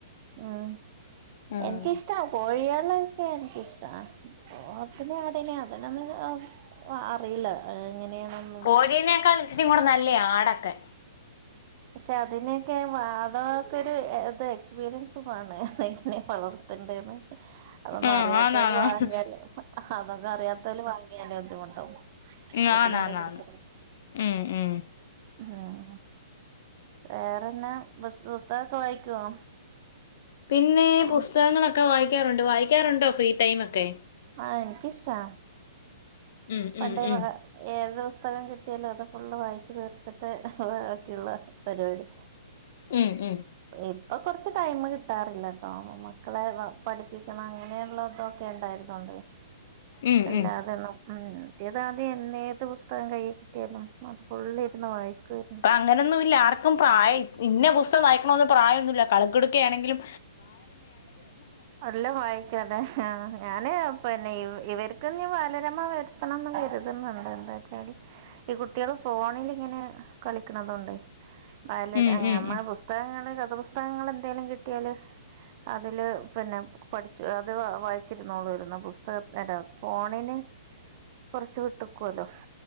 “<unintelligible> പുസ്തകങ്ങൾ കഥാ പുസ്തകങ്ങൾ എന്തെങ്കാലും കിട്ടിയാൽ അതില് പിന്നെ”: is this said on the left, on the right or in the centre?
Right